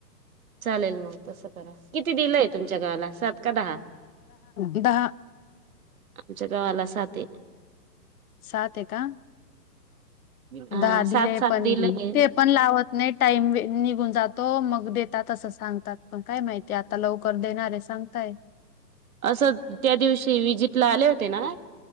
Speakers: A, on the right; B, on the left.
A: चालेल मग तसं करा किती दिलंय तुमच्या गवाला सात का दहा
B: दहा
A: आमच्या गावाला सात
B: सात आहे का
A: हा
B: दहा दिले
A: सात सात
B: पण
A: दिलं आहे
B: ते पण लावत नाही टाईम निघून जातो मग देतात असं सांगतात पण काय माहितीय आता लवकर देणार आहेस सांगताय
A: असं त्या दिवशी विजिट ला आले होते ना.